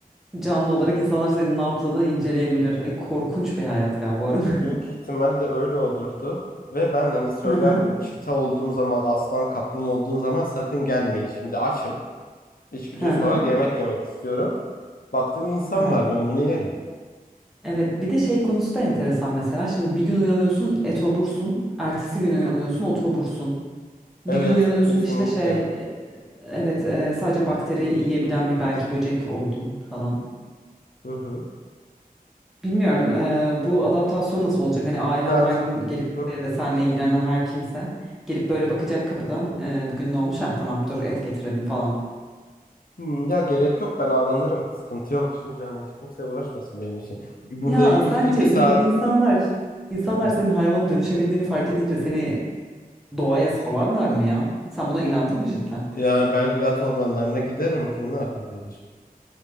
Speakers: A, in the centre; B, on the left.
A: Canlı olarak insanlar senin ne yaptığını inceleyebilir. Ay korkunç bir hayat ya bu arada.
B: Büyük ihtimalle öyle olurdu. Ve ben hani söylerdim
A: <laughs> Hı hı.
B: çita olduğum zaman aslan kaplan olduğum zaman sakın gelmeyin. Şimdi açım. İçgüdüsü
A: Hı hı,
B: olarak yemek yemek istiyorum. Baktım insan
A: evet.
B: var ben bunu yerim.
A: Evet bir de şey konusu da enteresan mesela. Şimdi bir gün uyanıyorsun etobursun. Ertesi gün
B: Hı
A: uyanıyorsun
B: hı.
A: otobursun. Bir
B: Evet
A: gün uyanıyorsun
B: kesinlikle.
A: işte şey e, evet e, sadece bakteri yiyebilen bir belki böcek oldun falan.
B: Hı hı.
A: Bilmiyorum
B: Evet
A: e, bu adaptasyon nasıl olacak? Hani ailen
B: birazcık.
A: her gün gelip işte
B: Hı hı.
A: ya da seninle ilgilenen her kimse gelip böyle bakacak kapıdan e, bugün ne olmuş? Ah tamam dur et getirelim falan.
B: Hmm, ya gerek yok ben avlanırım. Sıkıntı yok. Sunucu hani hiç kimse uğraşmasın benim için. Burada
A: Ya
B: iki,
A: sence
B: iki
A: in-
B: saat.
A: insanlar insanlar
B: Heh.
A: senin hayvana dönüşebildiğini fark edince seni Doğaya salarlar mı ya? Sen buna inandın mı cidden?
B: Yani Belgrad ormanlarına giderim. Kim ne yapabilir?